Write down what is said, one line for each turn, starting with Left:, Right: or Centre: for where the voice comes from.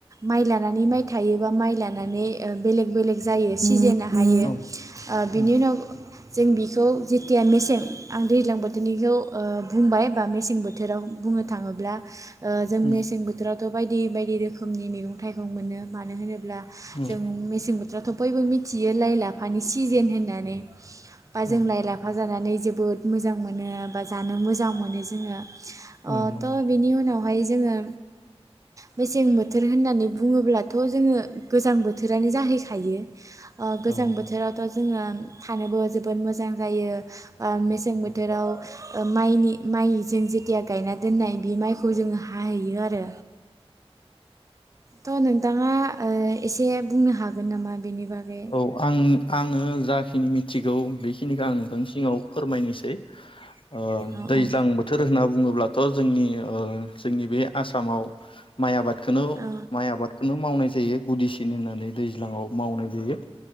Right: माइ लानानै माइ थायो। बा माइ लानानै ओ बेलेक बेलेक जायो सिजेना हायो ओ
Left: औ
Right: बिनि
Left: औ
Right: उनाव जों बिखौ जेथिया मेसें आं दैज्लां बोथोरनिखौ ओ बुंबाय बा मेसें बोथोराव बुंनो थाङोब्ला ओ जों
Left: उम
Right: मेसें बोथोराव थ' बायदि बायदि रोखोमनि मैगं थाइगं मोनो मानो होनोब ब्ला
Left: उम
Right: जों मेसें बोथोराव थ' बयबो मिथियो लाइ लाफानि सिजेन होननानै बा
Left: औ
Right: जों लाइ लाफा जानानै जोबोद मोजां मोनो बा जानो मोजां मोनो जोङो। अ
Left: औ नंगौ।
Right: त बिनि उनावहाय जोङो मेसें बोथोर होननानै बुङोब्लाथ' जोङो गोजां बोथोरानो जाहैखायो। ओ गोजां
Left: औ नंगौ
Right: बोथोरावथ'। जोङो थानोबो जोबोद मोजां जायो। ओ मेसें बोथोराव
Left: औ।
Right: ओ माइनि माइ जों जेथिया गायना दोननाय बे माइखौ जोङो हाहैयो आरो। थ' नोंथाङा ओ एसे बुंनो हागोन नामा? बिनि बागै।
Left: औ आं आङो जाखिनि मिथिगौ बेखिनिखौ आङो नोंथांनो फोरमायनोसै ओ
Right: औ
Left: दैज्लां
Right: औ
Left: बोथोर होनना बुङोब्ला थ' जोंनि ओ जोंनि बे आसामाव माइ आबाद। खौनो
Right: औ
Left: माइ आबादखौनो मावनाय जायो गुदिसिन होननानै दैज्लाङाव मावनाय जायो।